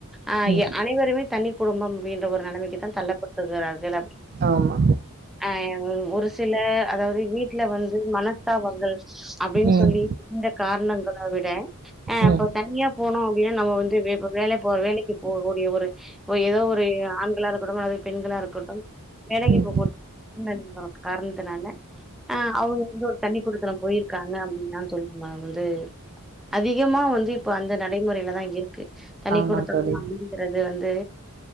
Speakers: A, in the centre; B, on the right.
A: ஆ
B: ம்
A: அனைவரு குமே தனி குடும்பம் வேண்டு ஒரு நெலமைக்கு தா தள்ளப்பட்டுராங் <unintelligible>
B: ஆமா
A: அ ஒரு சில அதாவது வீட்டுல வந்து மனஸ்தாபங்கள் அப்படின்னு
B: ம்
A: சொல்லி இந்த காரணங்களை விட ஆ
B: ம்
A: இப்ப தண்ணியா போணு அப்படின்னா நம்ம வந்து இப்ப வேலை போ வேலைக்கு போகக்கூடிய ஒரு ஏதோ ஒரு ஆண்களா இருக்கட்டும் அல்லாவது பெண்களா இருக்கட்டும் வேலைக்கு
B: ம்
A: போகக்கூடியங்க <unintelligible> காரணத்தினால ஆ அவங்க வந்து ஒரு தண்ணி குடுத்தனம் போயிருக்காங்க அப்படின்னா சொல்லனுனா வந்து அதிகமா வந்து இப்ப அந்த நடைமுறையிலதான் இருக்கு தனி
B: ஆமா
A: குடுத்தணும்
B: தோழி
A: அப்படிங்கறது வந்து